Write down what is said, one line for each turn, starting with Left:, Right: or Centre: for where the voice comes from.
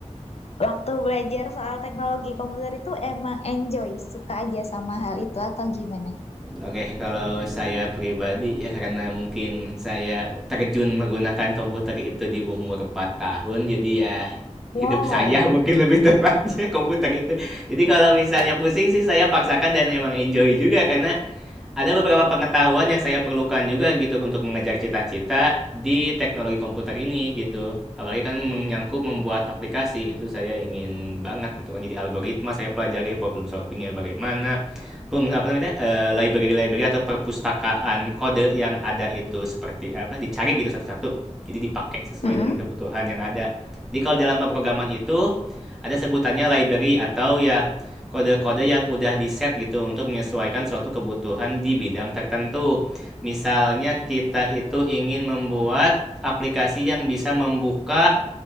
Left: Waktu belajar soal teknologi komputer itu emang enjoy, suka aja sama hal itu atau gimana?
Centre: Oke, kalau saya pribadi ya karena mungkin saya terjun menggunakan komputer itu di umur 4 tahun, jadi ya
Left: Wow.
Centre: hidup saya <laughs> mungkin lebih tepatnya komputer itu. Jadi kalau misalnya pusing sih saya paksakan dan emang enjoy juga karena ada beberapa pengetahuan yang saya perlukan juga gitu untuk mengejar cita-cita di teknologi komputer ini gitu. Apalagi kan menyangkut membuat aplikasi itu saya ingin banget gitu kan. Jadi algoritma saya pelajari problem solvingnya bagaimana, peng apa namanya eh, library-library atau perpustakaan kode yang ada itu seperti apa dicari gitu satu-satu. Jadi dipakai sesuai
Left: Mm-mm.
Centre: dengan kebutuhan yang ada. Jadi kalau dalam pemrograman itu ada sebutannya library atau ya kode-kode yang udah di set gitu untuk menyesuaikan suatu kebutuhan di bidang tertentu. Misalnya kita itu ingin membuat aplikasi yang bisa membuka